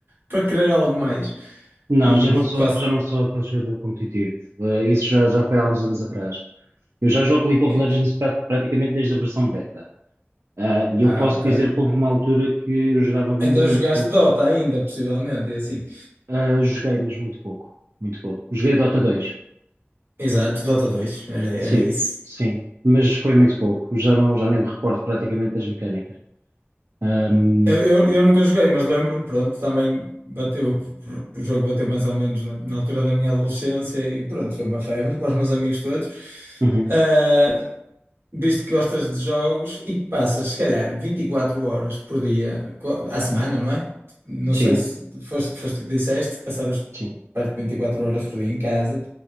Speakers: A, on the right; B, on the right.
A: para querer algo mais.
B: Não,
A: E
B: já não sou,
A: quase.
B: já não sou aquele jogador competitivo. Eh, isso já, já foi há uns anos atrás. Eu já jogo League of
A: eh,
B: Legends pra- praticamente desde a versão beta. Ah, e
A: Ah,
B: eu posso
A: ok.
B: dizer que houve uma altura que eu jogava muito,
A: Então jogaste Dota ainda, possivelmente, e assim.
B: ah, joguei, mas muito pouco. Muito pouco. Joguei Dota 2.
A: Exato, Dota dois era,
B: Sim,
A: era isso.
B: sim. Mas foi muito pouco. Já não, já nem me recordo praticamente das mecânicas. Ahm,
A: Eu, eu, eu nunca joguei, mas lembro-me, pronto, também bateu, o jogo bateu mais ou menos na, na altura da minha adolescência e pronto, foi uma febre para os meus amigos todos.
B: uhum.
A: Ah, Visto que gostas de jogos e que passas, se calhar, 24 horas por dia, co- à semana, não é? Não
B: Sim,
A: sei se foste, foste tu que disseste, que passavas
B: sim.
A: perto de 24 horas por dia em casa